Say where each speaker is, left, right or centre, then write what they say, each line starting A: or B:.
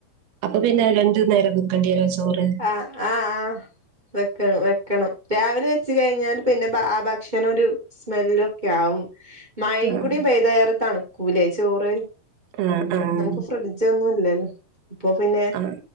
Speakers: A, on the right; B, on the right.
A: അപ്പൊ പിന്നെ രണ്ടു നേരം വെക്കേണ്ടി വരുവോ ചോറ്
B: ആഹ് ആഹ് ആഹ് വെക്കണം വെക്കണം രാവിലെ വെച്ച് കഴിഞ്ഞാൽ പിന്നെ ആ ഭക്ഷണം ഒരു സ്മെൽ ഒക്കെ ആവും മഴയും
A: ആഹ്
B: കൂടി പെയ്താൽ ഏറെ തണു കൂല ചോറ്
A: ആഹ് ആഹ്
B: നമുക്ക് ഫ്രിഡ്ജ് ഒന്നുംല്ലല്ലോ ഇപ്പൊ പിന്നെ
A: ആ